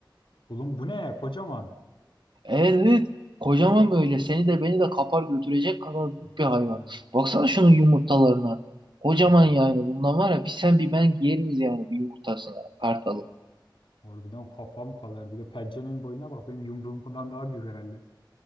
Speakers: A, on the left; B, on the right.
A: Oğlum bu ne? Kocaman.
B: Evet evet. Kocaman böyle. Seni de beni de kapar götürecek kadar büyük bir hayvan.
A: Harbiden,
B: Baksana şunun yumurtalarına. Kocaman
A: Oo.
B: yani. Bundan var ya bir sen bir ben yeriz yani bir yumurtasına. Kartalı.
A: harbiden kafam kadar. Bir de pençenin boyuna bak. Benim yumruğumdan daha büyük herhalde.